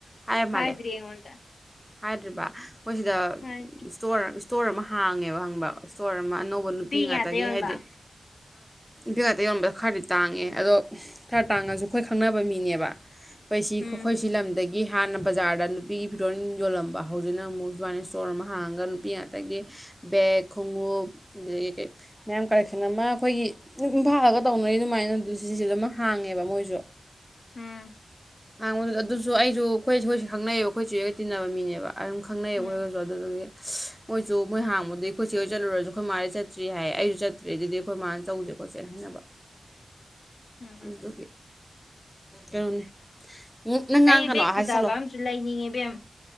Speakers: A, in the centre; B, on the left (about 75°).
A: ꯍꯥꯏ
B: ꯍꯥꯏꯗ꯭ꯔꯤ
A: ꯃꯥꯂꯦ
B: ꯑꯩꯉꯣꯟꯗ
A: ꯍꯥꯏ꯭ꯔꯤꯕ ꯃꯈꯣꯏ ꯁꯤꯗ
B: ꯍꯥꯏꯔꯤ
A: ꯏꯁꯇꯣꯔ ꯏꯁꯇꯣꯔ ꯑꯃ ꯍꯥꯡꯉꯦꯕ ꯍꯪꯕ ꯏꯁꯇꯣꯔ ꯑꯃ ꯑꯅꯧꯕ ꯅꯨꯄꯤ ꯉꯥꯛꯇꯒꯤ
B: ꯉꯥꯛꯇ ꯌꯣꯟꯕ
A: ꯍꯥꯏꯗꯤ ꯕꯦꯒꯠꯇ ꯌꯣꯟꯕꯗꯣ ꯈꯔꯗꯤ ꯇꯥꯡꯉꯦ ꯑꯗꯣ ꯈꯔ ꯇꯥꯡꯉꯁꯨ ꯑꯩꯈꯣꯏ ꯈꯪꯅꯕ ꯃꯤꯅꯦꯕ ꯑꯩꯈꯣꯏ ꯁꯤ ꯑꯩꯈꯣꯏ
B: ꯎꯝ
A: ꯁꯤ ꯂꯝꯗꯒꯤ ꯍꯥꯟꯅ ꯕꯖꯥꯔꯗ ꯅꯨꯄꯤꯒꯤ ꯐꯤꯔꯣꯜ ꯌꯣꯜꯂꯝꯕ ꯍꯧꯖꯤꯛꯅ ꯑꯃꯨꯛ ꯗꯨꯕꯥꯅꯤ ꯏꯁꯇꯣꯔ ꯑꯃ ꯍꯥꯡꯉꯒ ꯅꯨꯄꯤ ꯉꯥꯛꯇꯒꯤ ꯕꯦꯦꯛ ꯈꯣꯡꯎꯞ ꯑꯗꯨꯗꯒꯤ ꯀꯩ ꯃꯌꯥꯝ ꯀꯂꯦꯛꯁꯟ ꯑꯃ ꯑꯩꯈꯣꯏꯒꯤ ꯃꯤ ꯏꯝꯐꯥꯜꯗꯒ ꯇꯧꯅꯩꯗꯨ ꯑꯗꯨꯃꯥꯏꯅ ꯑꯗꯨ ꯁꯤꯁꯤꯗ ꯑꯃ ꯍꯥꯡꯉꯦꯕ ꯃꯣꯏꯁꯨ
B: ꯎꯝ
A: ꯍꯥꯡꯕꯗꯨꯗ ꯑꯗꯨꯁꯨ ꯑꯩꯁꯨꯈꯣꯏ ꯑꯩꯈꯣꯏꯁꯨ ꯈꯪꯅꯩꯌꯦꯕ ꯑꯩꯈꯣꯏ ꯆꯔꯒ ꯇꯤꯟꯅꯕ ꯃꯤꯅꯦꯕ ꯑꯗꯨꯝ ꯈꯪꯅꯩꯌꯦꯕ
B: ꯎꯝ
A: ꯑꯩꯈꯣꯏꯒꯁꯨ ꯑꯗꯨꯝ ꯑꯗꯨꯗꯒꯤ ꯃꯣꯏꯁꯨ ꯃꯣꯏ ꯍꯥꯡꯕꯨꯗꯤ ꯑꯩꯈꯣꯏꯆꯦ ꯍꯣꯏ ꯆꯠꯂꯨꯔꯁꯨ ꯑꯩꯈꯣꯏ ꯃꯥꯗꯩ ꯆꯠꯇ꯭ꯔꯤ ꯍꯥꯏ ꯑꯩꯁꯨ ꯆꯠ ꯑꯗꯨꯗꯩꯗꯗꯤ ꯑꯩꯈꯣꯏ ꯃꯥꯅ ꯇꯧꯁꯦ ꯈꯣꯠꯆꯦꯅ ꯍꯥꯏꯅꯕ
B: <inaudible> ꯎꯝ ꯎꯝ
A: ꯑꯗꯨ ꯀꯅꯤ ꯃꯨꯛ ꯅꯪ ꯉꯥꯡ
B: ꯑꯩ
A: ꯀꯩꯅꯣ
B: ꯕꯦꯛ ꯐꯖꯕ
A: ꯍꯥꯏ ꯆꯠꯂꯣ
B: ꯑꯃꯁꯨ ꯂꯩꯅꯤꯡꯉꯦ ꯏꯕꯦꯝ